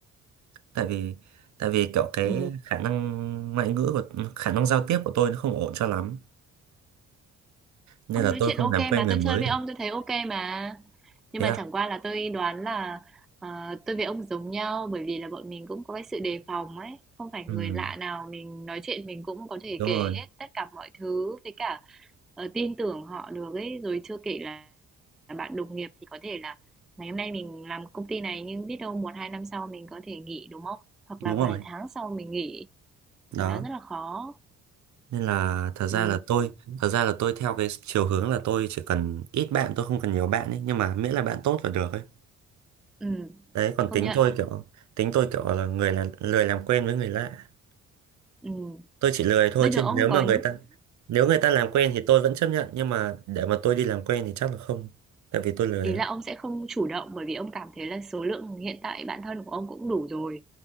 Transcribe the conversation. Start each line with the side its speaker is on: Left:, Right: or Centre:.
Right: tại vì tại vì kiểu cái
Centre: Ừ.
Right: khả năng ngoại ngữ của khả năng giao tiếp của tôi nó không ổn cho lắm nên
Centre: Ông
Right: là
Centre: nói
Right: tôi
Centre: chuyện
Right: không
Centre: OK
Right: làm quen
Centre: mà,
Right: người
Centre: tôi
Right: mới
Centre: chơi với
Right: được
Centre: ông tôi thấy OK mà. Nhưng
Right: thế
Centre: mà
Right: à
Centre: chẳng qua là tôi đoán là ờ, tôi với ông giống nhau bởi vì là bọn mình cũng có cái sự đề phòng ấy, không phải người
Right: ừ,
Centre: lạ nào mình nói chuyện mình cũng có thể
Right: đúng
Centre: kể
Right: rồi
Centre: hết tất cả mọi thứ với cả ờ, tin tưởng họ được ấy, rồi chưa kể là, là bạn đồng nghiệp thì có thể là ngày hôm nay mình làm công ty này nhưng biết đâu một hai năm sau mình có thể nghỉ đúng không? Hoặc là
Right: đúng
Centre: vài
Right: rồi
Centre: tháng sau mình nghỉ
Right: đó
Centre: thì nó rất là khó.
Right: nên là thật ra
Centre: Ừ,
Right: là tôi thật ra là tôi theo cái chiều hướng là tôi chỉ cần ít bạn tôi không cần nhiều bạn ấy nhưng mà miễn là bạn tốt là được ấy
Centre: ừ,
Right: đấy còn
Centre: công
Right: tính
Centre: nhận.
Right: tôi kiểu tính tôi kiểu là người là lười làm quen với người lạ
Centre: Ừ.
Right: tôi chỉ lười thôi
Centre: Bây giờ
Right: chứ
Centre: ông
Right: nếu mà
Centre: có
Right: người ta nếu người ta làm quen thì tôi vẫn chấp nhận nhưng mà để mà tôi đi làm quen thì chắc là không tại vì tôi lười
Centre: ý
Right: lắm
Centre: là ông sẽ không chủ động bởi vì ông cảm thấy là số lượng hiện tại bạn thân của ông cũng đủ rồi.